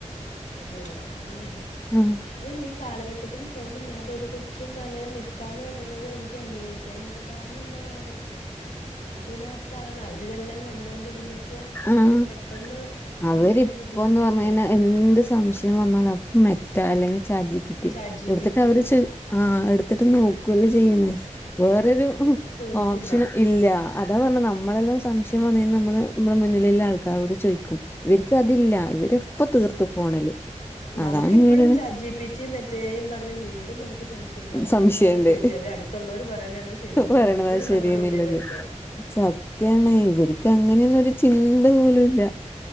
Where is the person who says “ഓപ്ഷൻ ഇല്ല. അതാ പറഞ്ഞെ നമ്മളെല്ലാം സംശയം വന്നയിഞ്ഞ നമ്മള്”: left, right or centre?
Left